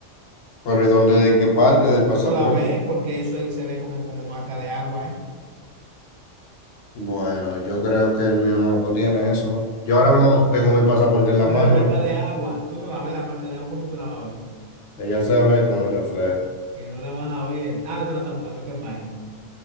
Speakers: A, on the left; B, on the right.
A: Pero ¿y dónde, en qué parte del pasaporte?
B: Tú no la ves porque eso es- se ve como, como marca de agua, ¿eh?
A: Bueno, yo creo que el mío no lo tiene eso, ¿no? Yo ahora mismo tengo mi pasaporte en la
B: Pero
A: mano,
B: es marca
A: lo que
B: de agua. Tú no la ves, la marca de agua, ¿cómo tú la vas a ver?
A: ella se ve con el reflejo,
B: Que no la vas a ver. Ah, no, tú la estás buscando en qué página.